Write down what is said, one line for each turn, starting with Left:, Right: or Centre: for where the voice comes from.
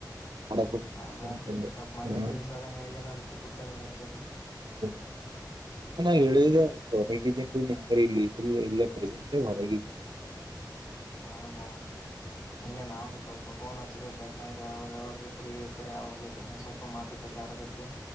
Right: ಮಾಡಕ್
Left: ಹೌದಾ
Right: ಅಂತಂತಂದೆ
Left: ಸ್ವಲ್ಪ ಮೊನ್ನೆ
Right: ಹ್ಮ
Left: ಬಿರ್ಸದಂಗ ಆಗ್ಯದ ಅದಕ್ಕೆ ಬುಟ್ಟ ನೀಗ್ ಹಚ್ಚದು
Right: ಹೌ ಎ ನ ಹೇಳಿದೆ ಹೊರಗಿದ್ದೀನ್ೀ ನಂಗ್ರ ಇಲ್ಲಿ ಇಲ್ಲ ಇಲ್ಲ ಪ್ರೆಸೆಂಟ್ ಹೊರಗಿದೀಿ
Left: ಹೌದಾ ಇಲ್ಲ ನಾನ್ ಸ್ವಲ್ಪ ಕೋನ್ ಹಚ್ಬೇಕು ಯಾಕಂದ್ರೆ ಅವ್ರರು ಯಾವಾಗಲ ಫ್ರೀ ಇರ್ತ ಅವ್ರ ಜೊತೆ ಸ್ವಲ್ಪ ಮಾತುಕತೆ ಆಡಬೇಕು